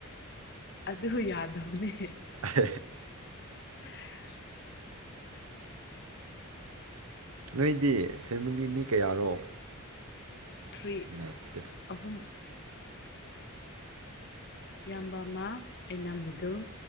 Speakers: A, on the left (about 50°); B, on the right (about 80°).
A: ꯑꯗꯨ ꯌꯥꯗꯧꯅꯦ
B: ꯑ
A: <unintelligible>
B: ꯅꯣꯏꯗꯤ ꯐꯦꯃꯤꯂꯤ ꯃꯤ ꯀꯌꯥꯔꯣ
A: ꯊ꯭ꯔꯤ
B: ꯅꯠꯇꯦ
A: ꯑꯍꯨꯝ ꯏꯌꯥꯝꯕ ꯑꯃ ꯑꯩꯅ ꯃꯤꯗꯨꯜ